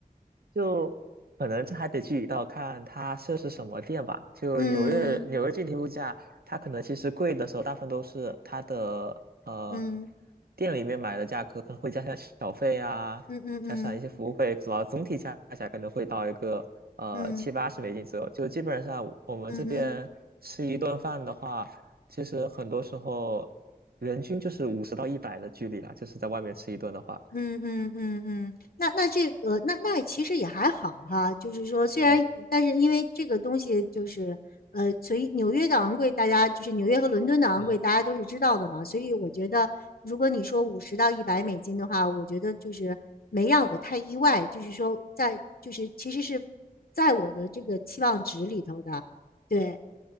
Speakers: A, on the right; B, on the left.
A: 就可能这还得具体到看它设是什么店吧。就纽约纽约具体物价，
B: 嗯
A: 它可能其实贵的时候，大部分都是它的呃
B: 嗯
A: 店里面买的价格，可能会加上小费啊，
B: 嗯嗯嗯
A: 加上一些服务费，然后总体加起来可能会到一个呃七八十美金左右。
B: 嗯嗯嗯嗯。
A: 就基本上我们这边吃一顿饭的话，
B: 嗯嗯
A: 其实很多时候人均就是五十到一百的距离啊，就是在外面吃一顿的话。
B: 嗯嗯嗯嗯，那那这个那那其实也还好哈，就是说虽然但是因为这个东西就是呃，
A: 对，
B: 所以纽约的昂贵，大家就是纽约和伦敦的昂贵，
A: 嗯，
B: 大家都是知道的嘛，所以我觉得如果你说五十到一百美金的话，我觉得就是没让我太意外，就是说在就是其实是在我的这个期望值里头的，对，